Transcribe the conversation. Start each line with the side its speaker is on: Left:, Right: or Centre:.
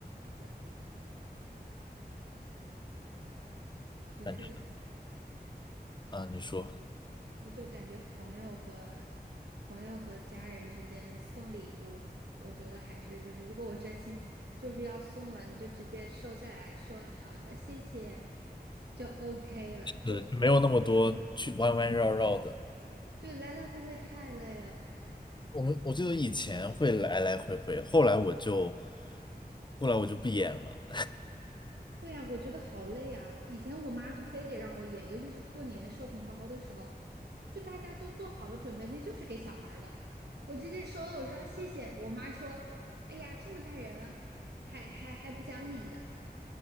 Right: 对，就是
Left: 感觉啊，你说
Right: 我就感觉朋友和朋友和家人之间送礼物，我觉得还是就是，如果我真心就是要送了，你就直接收下来说好的，谢谢，就 OK 了。就
Left: 对，就没有那么多去弯弯绕绕的，
Right: 对，来来回回太累了。
Left: 我们我记得以前会来来回回，后来我就后来我就不演了。
Right: 对呀，我觉得好累啊！以前我妈就非得让我演，尤其是过年收红包的时候，就大家都做好了准备，那就是给小孩儿的。我直接收了，我说谢谢。我妈说：“哎呀，这么大人了，还还还不讲理的。”